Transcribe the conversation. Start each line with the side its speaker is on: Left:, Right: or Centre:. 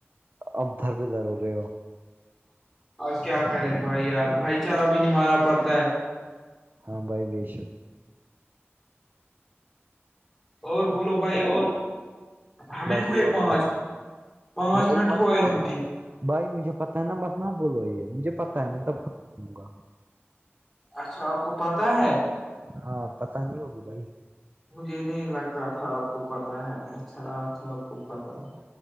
Right: اب دھر بدھر ہو گئے ہو
Centre: اور کیا کرے بھائی یار بھائی چارہ بھی ن مانا پڑتا ہے
Right: ہاں بھائی بیسو
Centre: اور بولو بھائی اور ہمیں
Right: بس
Centre: ہوئے
Right: دپائی
Centre: پانچ پانچ
Right: بھائی
Centre: منٹ
Right: مطلب
Centre: ہوئے ہمیں
Right: بھائی مجھے پتا ہے نا متنا بولو یہ مجھے پتا ہے میں تبوں گا
Centre: اچھا آپ کو پتاہ ہے
Right: ہاں پتا نہیں ہوگی بھائی
Centre: مجھے نہیں لگتا تھا آپ کو پتا ہے اچھا اچھا آپ کو پتا ہے